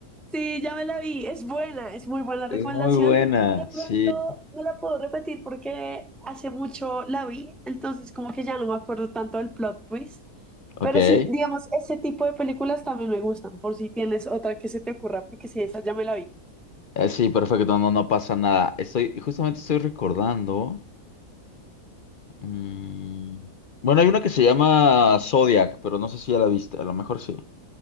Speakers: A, in the centre; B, on the left.
A: Sí, ya me la vi. Es buena, es muy buena recomendación.
B: Es muy buena,
A: De pronto
B: sí.
A: no la puedo repetir porque hace mucho la vi, entonces como que ya no me acuerdo tanto del plot twist.
B: Ok.
A: Pero
B: Eh,
A: sí, digamos, ese tipo de películas también me gustan, por si tienes otra que se te ocurra, porque sí, esa ya me la vi.
B: sí, perfecto, no, no pasa nada. Estoy, justamente estoy recordando. mm, Bueno, hay una que se llama Zodiac, pero no sé si ya la viste, a lo mejor sí.